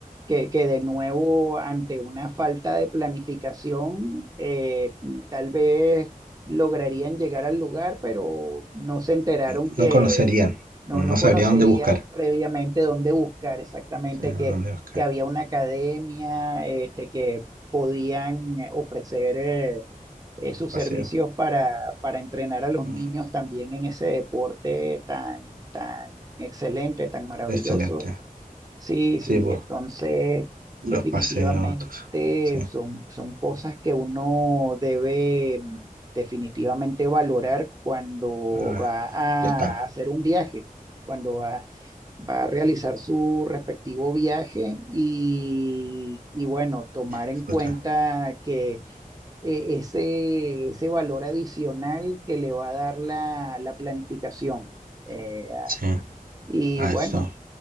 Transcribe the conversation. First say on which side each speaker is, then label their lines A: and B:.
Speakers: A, on the right; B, on the right.
A: que, que de nuevo ante una falta de planificación, eh, tal vez lograrían llegar al lugar, pero no se enteraron
B: No
A: que
B: conocerían,
A: no,
B: no
A: no
B: sabría
A: conocerían
B: dónde buscar.
A: previamente dónde buscar exactamente
B: Sí,
A: que,
B: dónde buscar.
A: que había una academia, eh, de que podían ofrecer eh, eh, sus
B: Paseo.
A: servicios para, para entrenar a los
B: Ah,
A: niños también en ese deporte tan, tan excelente, tan maravilloso.
B: excelente.
A: Sí, sí,
B: Sí, pues,
A: entonces
B: los
A: definitivamente
B: paseos, todo eso. Sí.
A: son, son cosas que uno debe mm, definitivamente valorar cuando
B: Ah,
A: va a
B: ya está.
A: hacer un viaje, cuando va, va a realizar su respectivo viaje y, y bueno, tomar en
B: Disfruta.
A: cuenta que eh, ese, ese valor adicional que le va a dar la, la planificación. Eh,
B: Sí,
A: y
B: a
A: bueno.
B: eso,